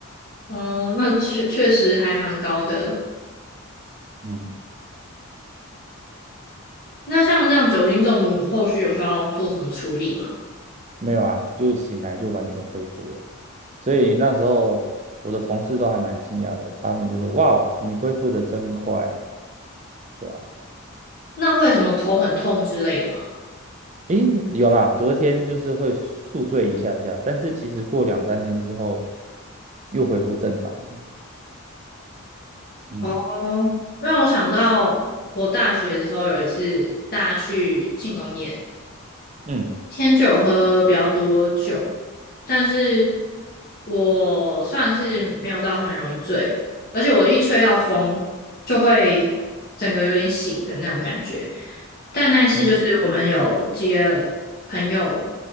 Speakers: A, on the left; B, on the right.
A: 嗯，那确确实还蛮高的。
B: 嗯，
A: 那像这样酒精中毒，后续有需要做什么处理吗？
B: 没有啊，就醒来就完全恢复了。所以那时候我的同事都还蛮惊讶的，他们就说：“哇哦，你恢复的真快，对吧？”
A: 那会有什么头很痛之类的吗？
B: 诶，有啦，隔天就是会宿醉一下下，但是其实过两三天之后又恢复正常了。嗯
A: 哦，让我想到我大学的时候有一次大家去庆功宴。
B: 嗯
A: 天酒喝比较多酒，但是我算是没有到很容易醉，而且我一吹到风就会整个有点醒的那种感觉。但那一次就是我们有几个朋友
B: 嗯